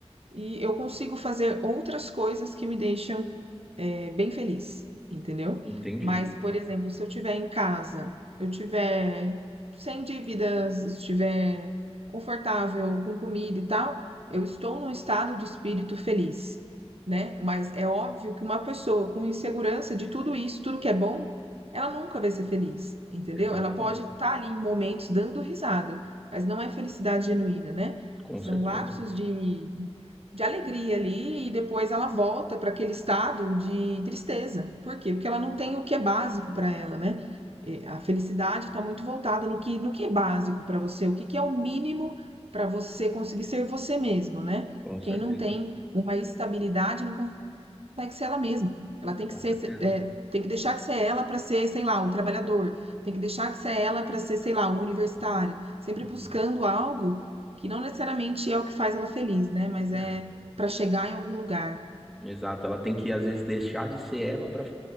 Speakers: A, on the right; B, in the centre.
A: e eu consigo fazer outras coisas que me deixam, eh, bem feliz, entendeu?
B: entendi.
A: Mas, por exemplo, se eu estiver em casa, eu tiver sem dívidas, estiver confortável com comida e tal, eu estou num estado de espírito feliz, né? Mas é óbvio que uma pessoa com insegurança de tudo isso, tudo que é bom, ela nunca vai ser feliz, entendeu?
B: Exatamente.
A: Ela pode estar ali em momentos dando risada, mas não é felicidade genuína, né?
B: Com
A: São
B: certeza.
A: lapsos de de alegria ali e depois ela volta para aquele estado de tristeza. Por quê? Porque ela não tem o que é básico para ela, né? E A felicidade está muito voltada no que, no que é básico para você, o que, que é o mínimo para você conseguir ser você mesmo, né?
B: Com certeza,
A: Quem não tem uma estabilidade não consegue ser ela mesma. Ela tem
B: com
A: que ser,
B: certeza.
A: é, tem que deixar de ser ela para ser, sei lá, o trabalhador. Tem que deixar de ser ela para ser, sei lá, o universitário. Sempre
B: Uhum.
A: buscando algo que não necessariamente é o que faz ela feliz, né? Mas é
B: É,
A: para chegar em algum lugar.
B: Exato, ela tem que às vezes deixar de ser ela para